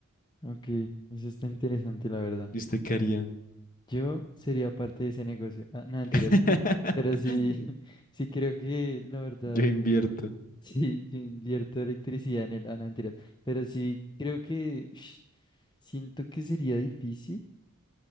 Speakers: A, on the left; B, on the left.
A: ok. Eso está interesante, la verdad.
B: ¿Y usted qué haría?
A: Yo sería parte de ese negocio. Ah, no, mentiras.
B: <laughs>
A: <laughs> Pero sí, <laughs> sí creo que, la verdad,
B: Yo invierto.
A: <laughs> sí, yo invierto electricidad en él. Ah, no, mentiras. Pero sí creo que... ush, Siento que sería difícil